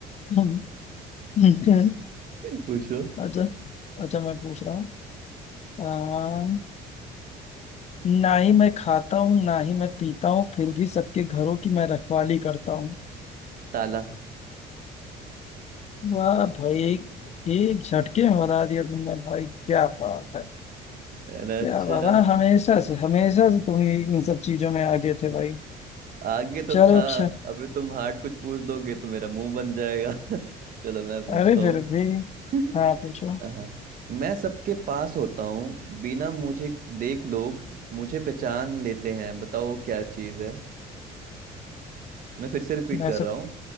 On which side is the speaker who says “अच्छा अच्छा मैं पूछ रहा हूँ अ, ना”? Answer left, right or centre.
Left